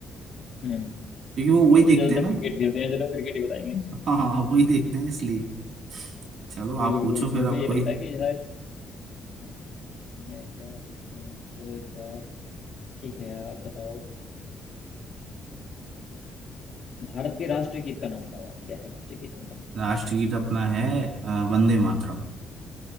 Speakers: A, on the left (about 55°); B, on the right (about 65°).
A: हम्म
B: क्योंकि वो वही
A: बच्चे
B: देखते
A: ज्यादातर
B: हैं ना
A: क्रिकेट खेलते हैं चलो क्रिकेट ही बताएंगे
B: <laughs> हाँ हाँ वही देखते हैं इसलिए
A: <laughs>
B: चलो
A: बिल्कुल
B: आप पूछो
A: बिल्कुल
B: फिर
A: उनको
B: आप
A: यही
B: कोई
A: लगता है कि शायद हाँ, मैं क्या पूछता हूँ आपको इस बार ठीक है आप बताओ भारत के राष्ट्रीय गीत का नाम बताओ आप क्या है राष्ट्रीय गीत हमारा
B: राष्ट्रगीत अपना है अ, वंदे मातरम